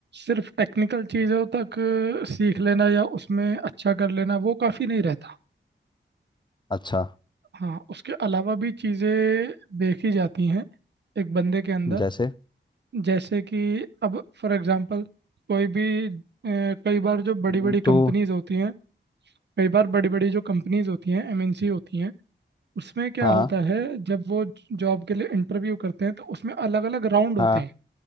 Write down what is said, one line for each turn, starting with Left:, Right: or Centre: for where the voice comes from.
Right: सिर्फ टेक्निकल चीज़ों तक सीख लेना या उसमें अच्छा कर लेना वो काफ़ी नहीं रहता
Left: अच्छा
Right: हाँ उसके अलावा भी चीज़ें देखी जाती हैं एक बंदे के अंदर
Left: जैसे
Right: जैसे कि अब फॉर एग्जांपल कोई भी अ, कई बार जो बड़ी
Left: हम्म,
Right: बड़ी
Left: तो
Right: कंपनीज होती हैं कई बार बड़ी बड़ी जो कंपनीज होती हैं एमएनसी होती हैं उसमें क्या
Left: हाँ
Right: होता है जब वो जॉब के लिए इंटरव्यू करते हैं तो उसमें अलग अलग राउंड होते
Left: हाँ
Right: हैं